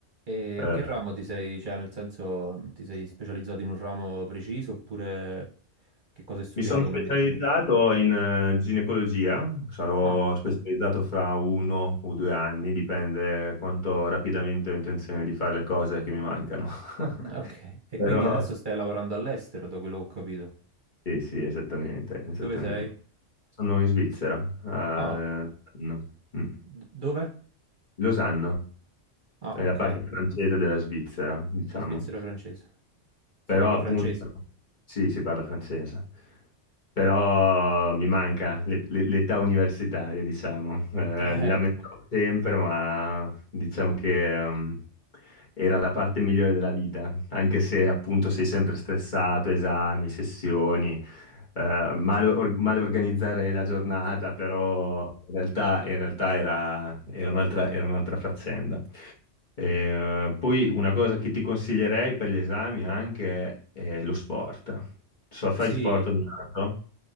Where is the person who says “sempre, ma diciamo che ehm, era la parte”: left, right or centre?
Left